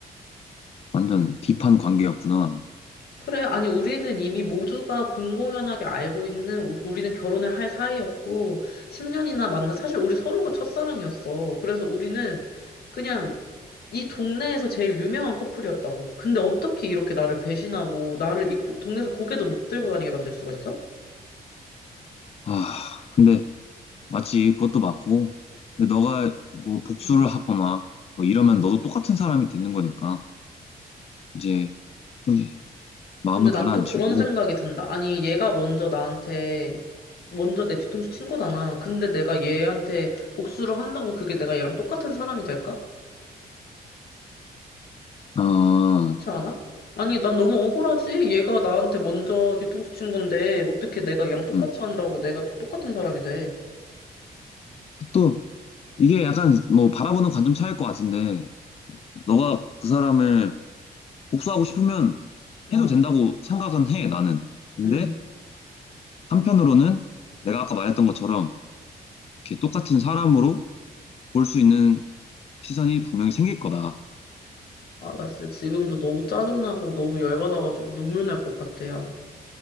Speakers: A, on the left (about 40°); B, on the left (about 70°).
A: 완전 딥한 관계였구나.
B: 그래, 아니, 우리는 이미 모두가 공공연하게 알고 있는, 우- 우리는 결혼을 할 사이였고, 10년이나 만나, 사실 우리 서로가 첫사랑이었어. 그래서 우리는 그냥 이 동네에서 제일 유명한 커플이었다고. 근데 어떻게 이렇게 나를 배신하고, 나를 이 고- 동네에서 고개도 못 들고 다니게 만들 수가 있어?
A: 아, 근데 맞지, 그것도 맞고. 근데 너가 뭐 복수를
B: 음.
A: 하거나 뭐 이러면 너도 똑같은 사람이 되는 거니까 이제 좀 마음을
B: 근데 난
A: 가라앉히고.
B: 또 그런 생각이 든다. 아니, 얘가 먼저 나한테, 먼저 내 뒤통수 친 거잖아. 근데 내가 얘한테 복수를 한다고 그게 내가 얘랑 똑같은 사람이 될까?
A: 아,
B: 그렇지 않아? 아니, 난 너무 억울하지? 얘가 나한테 먼저 뒤통수 친 건데, 어떻게 내가 얘랑 똑같이
A: 음.
B: 한다고 내가 또 똑같은 사람이 돼?
A: 또 이게 약간 뭐 바라보는 관점 차이일 것 같은데 너가 그 사람을 복수하고 싶으면
B: 어,
A: 해도 된다고 생각은 해, 나는. 근데
B: 음.
A: 한편으로는 내가 아까 말했던 것처럼 이렇게 똑같은 사람으로 볼 수 있는 시선이 분명히 생길 거다.
B: 아, 나 진짜 지금도 너무 짜증나고 너무 열받아가지고 눈물 날 것 같아, 요